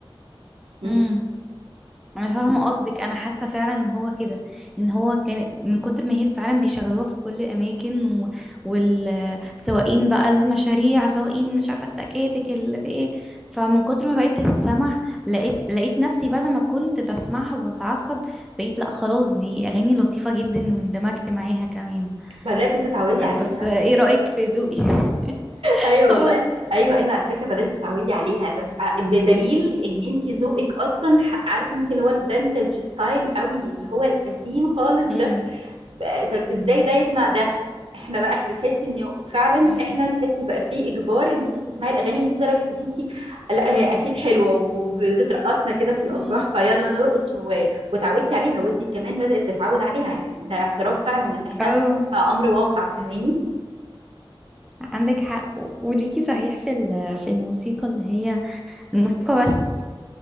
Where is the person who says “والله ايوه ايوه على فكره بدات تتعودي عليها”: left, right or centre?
Right